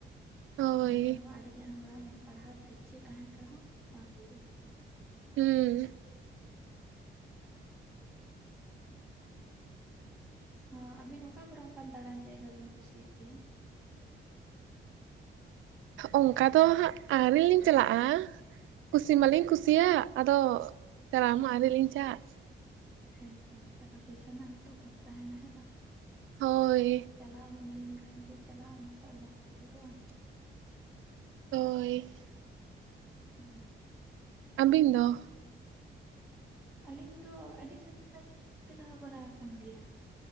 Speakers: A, on the right (about 85°); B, in the centre.
A: ᱦᱳᱭ
B: ᱚᱱᱟ ᱛᱮᱦᱚᱸ ᱟᱹᱰᱤ ᱜᱟᱱ ᱦᱚᱲᱟᱜ ᱢᱟᱱᱮ ᱯᱟᱲᱦᱟᱣ ᱨᱮᱱᱟᱜ ᱤᱪᱪᱷᱟᱹ ᱛᱟᱦᱮᱸᱱ ᱨᱮᱦᱚᱸ ᱵᱟᱝ ᱦᱩᱭᱩᱜ-ᱟ᱾
A: ᱦᱩᱸ᱾
B: ᱦᱚᱸ ᱟᱵᱤᱱ ᱚᱠᱟ ᱠᱚ ᱨᱮ ᱚᱱᱠᱟᱱ ᱫᱟᱬᱟᱱ ᱡᱟᱭᱜᱟ ᱵᱤᱱ ᱠᱩᱥᱤ ᱭᱟᱜ ᱜᱮᱭᱟ?
A: ᱚᱱᱠᱟ ᱫᱚ ᱦᱟᱸᱜ ᱟᱣᱨᱤ ᱞᱤᱧ ᱪᱟᱞᱟᱜ-ᱟ ᱠᱩᱥᱤ ᱢᱟ ᱞᱤᱧᱼᱼ ᱠᱩᱥᱤ ᱭᱟᱜ ᱟᱫᱚ ᱪᱟᱞᱟᱜ ᱢᱟ ᱟᱣᱨᱤ‌ ᱞᱤᱧ ᱪᱟᱜᱼᱼ
B: ᱦᱮᱸᱛᱚ ᱴᱟᱠᱟ ᱯᱩᱭᱥᱟ ᱱᱟᱜ ᱦᱚᱸᱛᱚ ᱚᱵᱷᱟᱵᱽ ᱛᱟᱦᱮᱸᱱᱟ ᱦᱮᱸ ᱵᱟᱝ
A: ᱦᱳᱭ
B: ᱪᱤᱜᱼᱼ ᱪᱟᱞᱟᱜ ᱢᱚᱱᱮ ᱞᱮᱱᱠᱷᱟᱱ ᱡᱮ ᱪᱟᱞᱟᱣ ᱚᱱᱟ ᱛᱚ ᱟᱨ ᱵᱟᱝ ᱦᱩᱭ ᱜᱚᱫᱚᱜ-ᱟ᱾
A: ᱦᱳᱭ᱾
B: ᱚᱸ᱾
A: ᱟᱹᱵᱤᱱ ᱫᱚ?
B: ᱟᱞᱤᱧ ᱫᱚ ᱟᱹᱰᱤ ᱥᱟᱺᱜᱤᱧ ᱥᱟᱺᱜᱤᱧ ᱞᱤᱧ ᱪᱟᱞᱟᱣ ᱵᱟᱲᱟ ᱟᱠᱟᱱ ᱜᱮᱭᱟ᱾